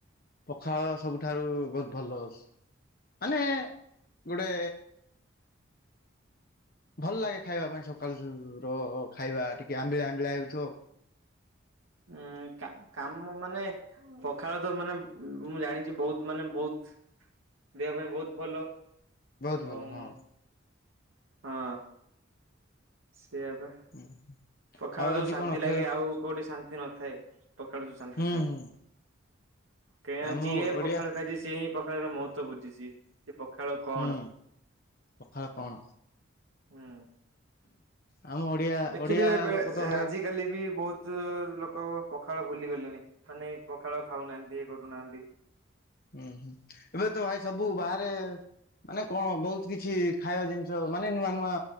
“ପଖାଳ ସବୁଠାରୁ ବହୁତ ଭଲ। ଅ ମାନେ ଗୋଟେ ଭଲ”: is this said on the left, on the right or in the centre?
Left